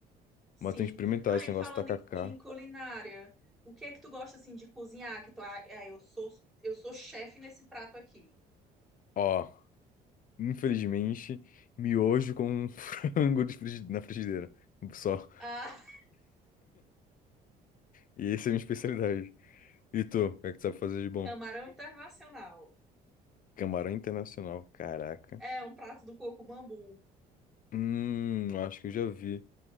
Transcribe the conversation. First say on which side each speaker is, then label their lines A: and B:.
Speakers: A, in the centre; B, on the left.
A: sim.
B: Mas tem que experimentar
A: Ah,
B: esse
A: e
B: negócio
A: falando
B: de tacacá.
A: em, em culinária, o que é que tu gosta assim de cozinhar? Que tu, ah, ah, eu sou eu sou chefe nesse prato aqui.
B: Ó, infelizmente, miojo com <laughs> frango de frigi- na frigideira. Só.
A: Ah, <laughs>
B: E essa é a minha especialidade. E tu, o que é que tu sabe fazer de bom?
A: camarão internacional.
B: Camarão internacional, caraca.
A: É um prato do coco bambu.
B: Hum, acho que eu já vi.